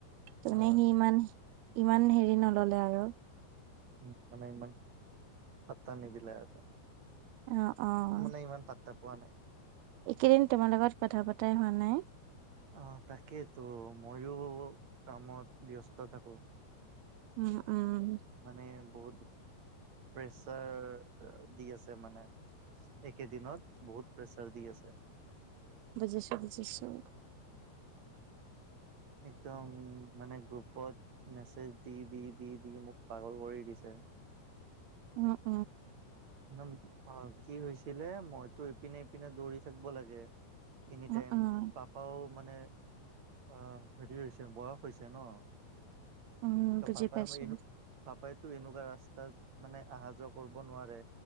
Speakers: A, on the right; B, on the right.
A: তোনে
B: অ'
A: সি ইমান -ইমান হেৰি নল'লে আৰু।
B: উম, মানে ইমান পাত্তা নিদিলে আৰু
A: অ অ
B: মানে ইমান পাত্তা পোৱা নাই।
A: এইকেইদিন তোমাৰ লগত কথা পতাই হোৱা নাই।
B: অ, তাকেইতো ময়ো কামত ব্যস্ত থাকোঁ।
A: উম- উম
B: মানে বহুত প্ৰেচাৰ দি আছে মানে। একেদিনত বহুত প্ৰেছাৰ দি আছে।
A: বুজিছোঁ - বুজিছোঁ।
B: একদম মানে গ্ৰুপত মেছেজ দি- দি -দি -দি মোক পাগল কৰি দিছে।
A: <unintelligible>
B: ইমান অ, কি হৈছিলে মইতো ইপিনে -ইপিনে দৌৰি থাকব লাগে এনিটাইম
A: উম উম
B: পাপাও মানে অ, হেৰি হৈছে বয়স হৈছে ন'।
A: উম
B: ত'
A: বুজি
B: পাপাই
A: পাইছো
B: মই এনো পাপাইতো এনেকুৱা ৰাস্তাত মানে আহা যোৱা কৰব নোৱাৰে।